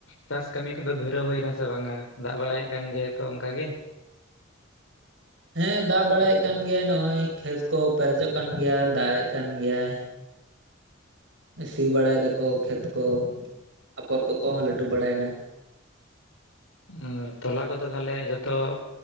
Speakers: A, on the left; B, on the right.
A: ᱪᱟᱥ ᱠᱟᱹᱢᱤ ᱠᱚᱫᱚ ᱫᱷᱩᱨᱟᱹᱣ ᱦᱩᱭᱱᱟ ᱥᱮ ᱵᱟᱝᱟ ᱫᱟᱜ ᱵᱟᱲᱟᱭᱮᱫ ᱠᱟᱱ ᱜᱮ ᱛᱚ ᱚᱱᱠᱟ ᱜᱮ?
B: ᱦᱮᱸ ᱫᱟᱜ ᱵᱟᱲᱟᱭᱮᱜ ᱠᱟᱱ ᱜᱮᱭᱟᱭ ᱱᱚᱜᱼᱚᱭ ᱠᱷᱮᱛ ᱠᱚ ᱯᱮᱨᱮᱡᱚᱜ ᱠᱟᱱ ᱜᱮᱭᱟ ᱫᱟᱜ ᱮᱜ ᱠᱟᱱ ᱜᱮᱭᱟᱭ᱾ ᱥᱤ ᱵᱟᱲᱟᱭ ᱫᱟᱠᱚ ᱠᱷᱮᱛ ᱠᱚ ᱟᱯᱚᱨ ᱠᱚᱠᱚ ᱦᱚᱸ ᱞᱟᱹᱴᱩ ᱵᱟᱲᱟᱭᱮᱱᱟ,
A: ᱦᱮᱸ ᱛᱚᱞᱟ ᱠᱚᱫᱚ ᱛᱟᱦᱞᱮ ᱡᱚᱛᱚ